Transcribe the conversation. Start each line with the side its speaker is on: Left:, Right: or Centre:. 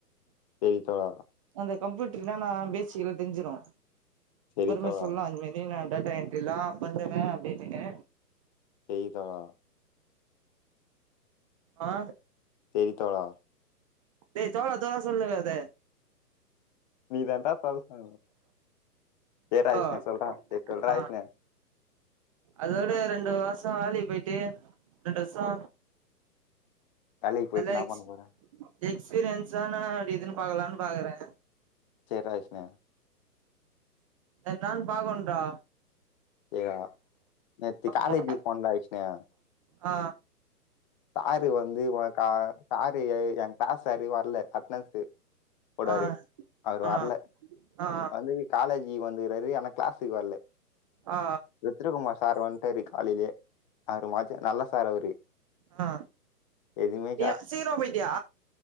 Left: செரி தோழா
Right: அந்த கம்ப்யூட்டர் என்னான்னா பேசிக்லா தெரிஞ்சிரு
Left: செரி
Right: பொறுமையா
Left: தோழா
Right: சொல்லா இனிமேல் அப்படின்னா நட என்ட்ரிலா பண்ணுவே அப்டின்னு
Left: செரி தோழா
Right: ஆ
Left: செரி தோழா
Right: டோய் தோழா தோழா சொல்னுக்காத
Left: நீ தாண்டா <unintelligible> சேடா
Right: ஹலோ
Left: இஷ்ணே சொல்றே சரி சொல்றாஷ்ணே
Right: ஆ அதோட ரெண்டு வசோ வேலக்கு போயிட்டு ரெண்டு வருசோ
Left: வேலைக்கு போயிட்டு
Right: டல்லாய்ச்சு
Left: என்னா பண்ண போற
Right: எக்ஸ்பீரியன்ஸான டி இதுன்னு பாக்கலான்னு பாக்கறே
Left: செரி ராஸ்ணயா
Right: என்னானு பாக்கோனு டா
Left: டியா நேத்து
Right: ஆமா
Left: காலேஜ்க்கு போனேன்டா விஷ்ணு
Right: ஆ
Left: சாரு வந்து உகா சாரு ஏ கிளாஸ் சாரு வரல அட்னன்ஸ்க்கு போடாரு
Right: ஆ
Left: அவரு
Right: ஆ
Left: வரல
Right: ஆ
Left: வந்து காலேஜிக்கு வந்துக்குறாரு ஆனா கிளாஸுக்கு வரல
Right: ஆ
Left: ருத்ரகுமார் சார் வந்து சரி காலையிலே அவரு மா நல்ல சாரு அவரு
Right: ஆ
Left: எதுவுமே
Right: நீ சீகிரமா போய்டியா